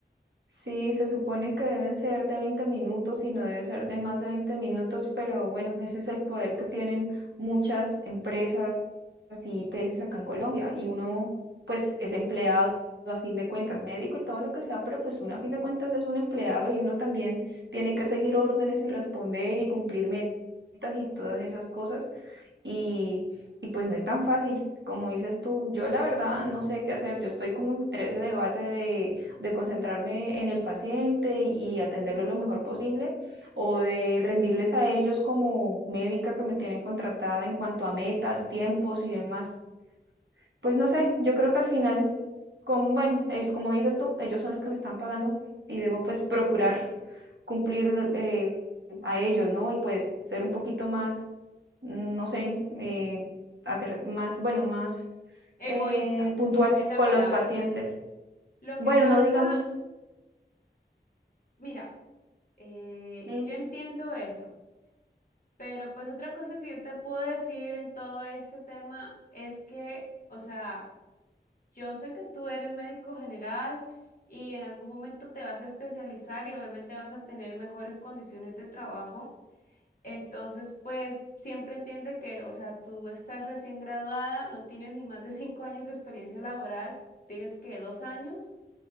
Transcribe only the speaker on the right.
Sí, se supone que deben ser de 20 minutos y no debe ser de más de 20 minutos, pero bueno, ese es el poder que tienen muchas empresas y IPS acá en Colombia. Y uno, pues, es empleado a fin de cuentas, médico y todo lo que sea, pero pues uno a fin de cuentas es un empleado y uno también tiene que seguir órdenes y responder y cumplir metas y todas esas cosas y, y pues no es tan fácil. Como dices tú, yo la verdad no sé qué hacer. Yo estoy como entre ese debate de, de concentrarme en el paciente y atenderlo lo mejor posible o de rendirles a ellos como médica que me tienen contratada en cuanto a metas, tiempos y demás. Pues no sé, yo creo que al final como, bueno, es como dices tú, ellos son los que me están pagando y debo pues procurar cumplir lo- eh, a ellos, ¿no? Y pues ser un poquito más, mm, no sé, eh, hacer más, bueno, más
eh, puntual
con
los pacientes.
Bueno,
no digamos,
sí,